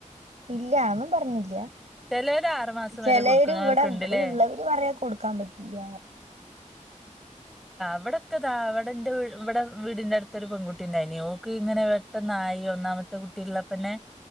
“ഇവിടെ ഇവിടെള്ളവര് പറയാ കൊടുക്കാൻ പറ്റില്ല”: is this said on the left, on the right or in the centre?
Right